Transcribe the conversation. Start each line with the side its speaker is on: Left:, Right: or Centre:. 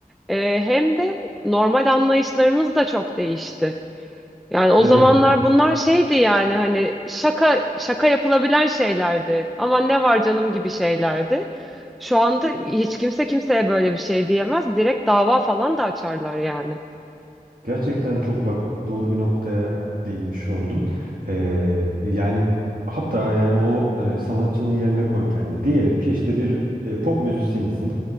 Centre: E, hem de normal anlayışlarımız da çok değişti. Yani o
Right: Evet.
Centre: zamanlar bunlar şeydi yani hani şaka şaka yapılabilen şeylerdi. Ama ne var canım gibi şeylerdi. Şu anda hiç kimse kimseye böyle bir şey diyemez. Direkt dava falan da açarlar yani.
Right: Gerçekten çok bak doğru bir noktaya değinmiş oldun. Ee, yani hatta yani o e, sanatçının yerine koy kendini. Diyelim ki işte bir e, pop müzisyenisin.